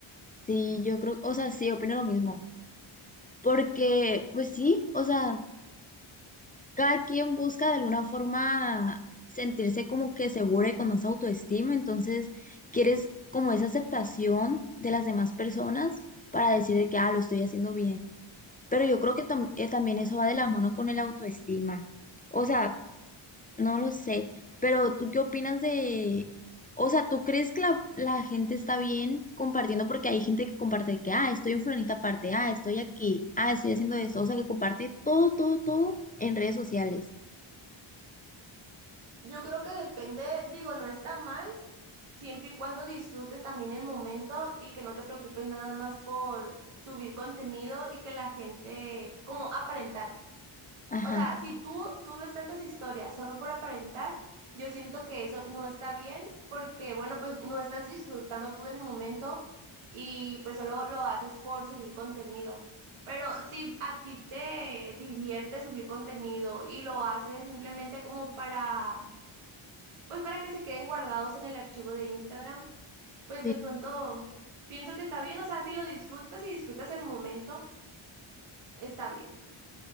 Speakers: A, on the left (about 20°); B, on the right (about 85°).
A: Sí, yo creo, o sea, sí, opino lo mismo. Porque, pues sí, o sea, cada quien busca de alguna forma sentirse como que segura y con más autoestima, entonces quieres como esa aceptación de las demás personas para decir de que, ah, lo estoy haciendo bien. Pero yo creo que tam- eh, también eso va de la mano con el autoestima. O sea, no lo sé, pero ¿tú qué opinas de... O sea, ¿tú crees que la, la gente está bien compartiendo? Porque hay gente que comparte que, ah, estoy en fulanita parte, ah, estoy aquí, ah, estoy haciendo esto. O sea, que comparte todo, todo, todo en redes sociales.
B: Yo creo que depende, digo, no está mal, siempre y cuando disfrutes también el momento y que no te preocupes nada más por subir contenido y que la gente, como aparentar.
A: Ajá,
B: O sea, si tú subes tantas historias solo por aparentar, yo siento que eso no está bien porque, bueno, pues no estás disfrutando tú del momento y pues solo lo haces por subir contenido. Pero si a ti te divierte subir contenido y lo haces simplemente como para pues para que se queden guardados en el archivo de Instagram, pues
A: sí,
B: de pronto pienso que está bien, o sea, si lo disfrutas y disfrutas el momento, está bien.